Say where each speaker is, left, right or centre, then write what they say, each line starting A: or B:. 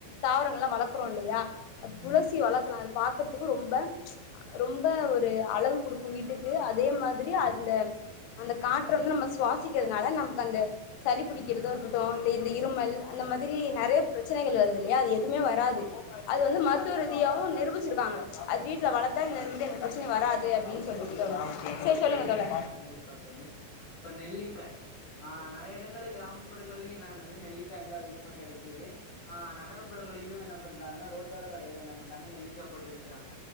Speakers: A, on the left; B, on the left.
A: தாவரங்கள்லா வளக்றோ இல்லையா அது துளசி வளக்கலா அது பாக்குறத் துக் ரொம்ப ம்ச் ரொம்ப ஒரு அழகு குடுக்கு வீட்டுக்கு அதே மாதிரி அந்த அந்த காற்ற வந்து நம்ம சுவாசிக்கறதுனால நமக்கு அந்த சளி புடிக்கிறதோ இருக்கட்டு இல்ல இந்த இருமல் அந்த மாதிரி நெறைய பிரச்சனைகள் வருது இல்லையா அது எதுமே வராது அது வந்து மத்துவ ரீதியாவு நிரூபிச்சுருக்காங்க ம்ச் அது வீட்ல வளத்தா இந் இந்த பிரச்சனையு வராது அப்டின்ஸ் சொல்லுங்க தோழா செர் சொல்லுங்க தோழா
B: கண்டிப்பா தோழி இப்ப நெல்லிக்காய் ஆ நெறைய எடங்கள்ல கிராம புறங்கள்லயும் என்னானது நெல்லிக்கா வந்து அதிகமா கெடைக்குது ஆனா நகரப்புறங்களிலு என்ன பண்றாங்க ரோட்டோர கடைகள்ல என்ன பண்றாங்க நெல்லிக்கா போட்டு விக்கிறாங்க